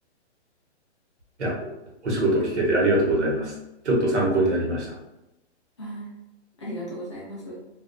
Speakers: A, on the right (about 75°); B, on the left (about 25°).
A: や、お仕事聞けてありがとうございます。ちょっと参考になりました。
B: はい。ありがとうございます。